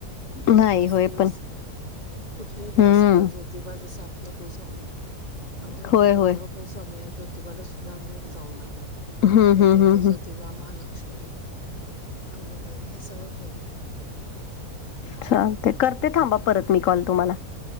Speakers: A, on the left; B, on the left.
A: आपल्याला
B: नाही
A: कुठलेही
B: होय
A: देवस
B: पण
A: कुठलेही देव
B: हम्म
A: असूद्या जो जोतिबा जसं आपलं कुलस्वामी आहे, आमच कसं
B: होय
A: जोतिबा
B: होय
A: कुलस्वामी हाय ज्योतिबाला सुद्धा आम्ही जाऊन आलो
B: हम्म
A: येता
B: हम्म
A: यता
B: हम्म हम्म
A: जोतिबा, महा लक्ष्मी, अंबाबाई हे सगळं केलं.
B: चालतय करते थांबा परत मी कॉल तुम्हाला,